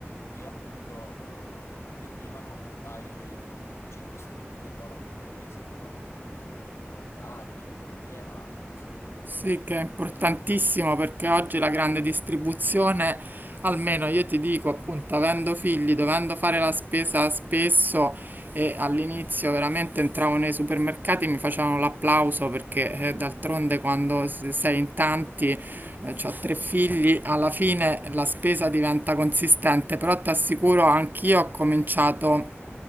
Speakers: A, on the left; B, on the right.
A: che appunto eh, vendevano ai, mh, circoscritti nel loro piccolo paesino, no? Quindi nei, nei mercati, nei mercati itineranti, così.
B: Sì, che è importantissimo perché oggi la grande distribuzione, almeno io ti dico, appunto, avendo figli, dovendo fare la spesa spesso e all'inizio veramente entravo nei supermercati, mi facevano l'applauso perché eh, d'altronde quando s- sei in tanti, eh, ho tre figli, alla fine la spesa diventa consistente, però ti assicuro, anch'io ho cominciato